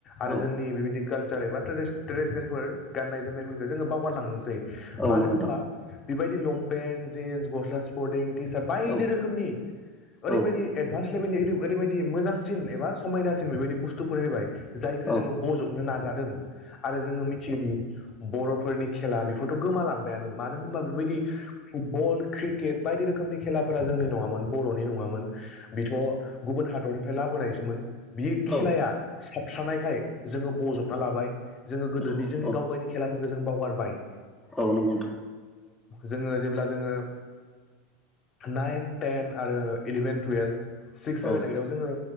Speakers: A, on the left (about 35°); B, in the centre.
A: आरो
B: औ
A: जोंनि बेबायदि कालचार एबा ट्रेडिस ट्रेडिसनेलफोर गाननाय जोमनायफोरखो जोङो बावगारलांदोंसै।
B: औ
A: मानो
B: नंगौ नोंथां
A: होमबा बिबायदि लंपेन्ट जिन्स गस्ला स्परटिं। टिचार बायदि
B: औ
A: रोखोमनि ओरैबायदि
B: औ
A: एदभास। <unintelligible> ओरैबायदि मोजांसिन एबा समायनासिन बेबायदि बुस्थुफोर होबाय जायखो
B: औ
A: जोङो बजबनो नाज। जादों आरो जोङो मिथियोदि बर'फोरनि खेला बेफोरथ' गोमालां गानो मानो होमबा बेबायदि फुटबल क्रिकेट बायदि रोखोमनि खेलाफोरा जोंनि नङामोन बर'नि नं बेथ' गुबुन हादरनिफ्राय लाबोनायसोमोन बि खेलाया
B: औ
A: साब सुस्रानायखाय जोंङो बजबना लाबाय जोङो
B: औ
A: गोदोनि जोंनि गावगायनि खेलाफोरखो जों बावगारबाय।
B: औ नंगौ नोथां
A: जोंङो जेब्ला जोंङो नाइन टेन आरो इलेभेन टुयेल। सिक्स सेभेन
B: औ
A: इदव जोङो